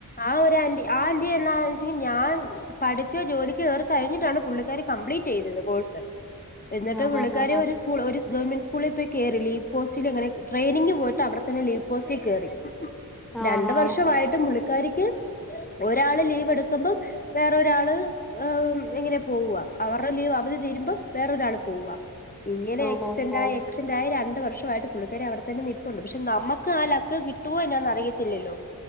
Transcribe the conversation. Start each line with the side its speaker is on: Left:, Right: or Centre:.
Left: ആ ഒരു ആൻറി ആഹ് ആന്റി എന്നാണ്വേച്ച് ഞാൻ. പഠിച്ചു ജോലിക്ക് കേറി കഴിഞ്ഞിട്ടാണ് പുള്ളിക്കാരി കംപ്ലീറ്റ് ചെയ്തത് കോഴ്സ്. എന്നിട്ട്
Centre: ആഹ്
Left: പുള്ളിക്കാരി
Centre: ആഹ് ആഹ്
Left: ഒരു സ്കൂൾ ഒരുസ് ഗവൺമെന്റ് സ്കൂളി പോയി കേറി ലീവ് പോസ്റ്റിൽ എങ്ങനെ ട്രെയിനിങ് പോയിട്ട് അവിടെന്ന ലീവ് പോസ്റ്റിൽ കേറി.
Centre: ആഹ്
Left: രണ്ടു
Centre: ആഹ്
Left: വർഷവായിട്ടും പുള്ളിക്കാരിക്ക് ഒരാള് ലീവ് എടുക്കുമ്പം. വേറൊരാള് ഇങ്ങനെ പോവുക അവറു ടേ ലീവ്. അവധി തരുമ്പ വേറൊരാൾ പോവുക ഇങ്ങനെ
Centre: ഓഹ്
Left: എക്സ്റ്റന്റായി
Centre: ഓഹ് ഓഹ്
Left: സ്‌റ്റെന്റ്യ രണ്ട് വർഷമായിട്ട് പുള്ളിക്കാർ അവിടെത്തന്നെ നിപ്പുണ്ട് പക്ഷെ നമ്മക്ക് ആ ലക്ക് കിട്ടോ എന്നാന്ന് അറിയത്തില്ലോ.